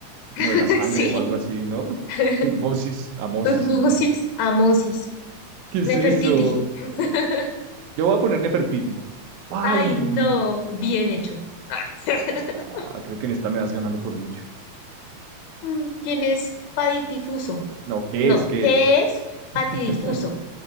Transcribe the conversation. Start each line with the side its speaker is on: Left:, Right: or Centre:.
Right: como
Left: <laughs>
Right: de la sangre
Left: Sí.
Right: o algo así, ¿no?
Left: <laughs>
Right: Tutmosis, Amosis,
Left: Tutmosis,
Right: no sé.
Left: Amosis,
Right: ¿Qué es
Left: Nefertiti.
Right: eso?
Left: <laughs>
Right: Yo voy a poner Nefertiti. ¡Ay!
Left: Ay, no, bien hecho. <laughs>
Right: Ah, creo que en esta me vas ganando por mucho.
Left: Mm, ¿Quién es Patidifuso?
Right: No, ¿qué
Left: No,
Right: es? ¿Qué
Left: ¿qué
Right: es?
Left: es patidifuso?
Right: <laughs>